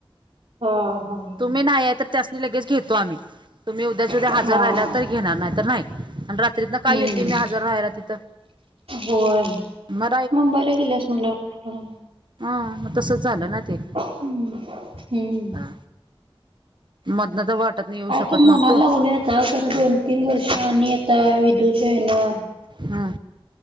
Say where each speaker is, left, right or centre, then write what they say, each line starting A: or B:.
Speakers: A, on the right; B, on the right.
A: हा हा
B: तुम्ही नाहीय, तर त्यासनी लगेच घेतो आम्ही. तुम्ही उद्या च्या उद्याच्या
A: हा
B: हजार राहियला तर घेणार नाही. तर नाही आणि रात्रीत ना काय
A: हम्म
B: येत मी हजर राहायला तिथं.
A: होय,..
B: मग
A: मुंबईला गेलीस म्हटलं कुठला.
B: ह.. मग तस झालं ना? ते
A: हम्म- हम्म,
B: हा <unintelligible> वाटत नाही येऊ
A: काय
B: शकत
A: तर
B: नव्हतो
A: मनाला लागल आता खरं दोन तीन वर्ष आणि आता विदूच्या आहे ना.
B: हा.